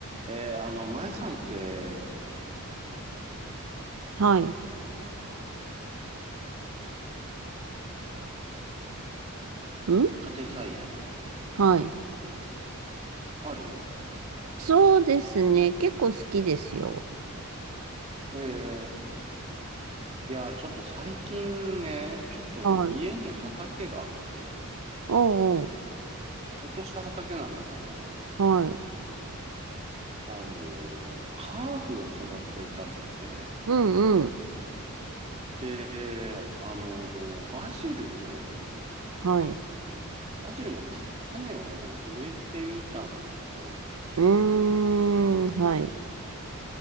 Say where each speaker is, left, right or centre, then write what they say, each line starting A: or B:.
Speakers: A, on the right; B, on the right.
A: えー、あの、前さんって、
B: はい。ん
A: 家庭菜園、
B: はい。
A: ある
B: そうですね。結構好きですよ。
A: えー、いや、ちょっと最近ね、ちょっと家に畑があって、
B: はい。おうおう。
A: ちょっとした畑なんだけど、
B: はい。
A: あのーハーブを育てたくて、
B: うんうん。
A: で、あのーバジルを、
B: はい。
A: バジルの種を植えてみたんだけど、
B: うーん。はい。